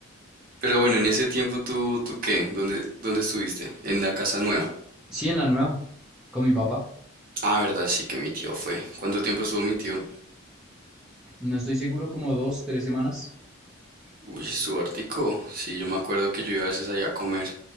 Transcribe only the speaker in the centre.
Sí, en la nueva, con mi papá.
No estoy seguro, como dos, tres semanas,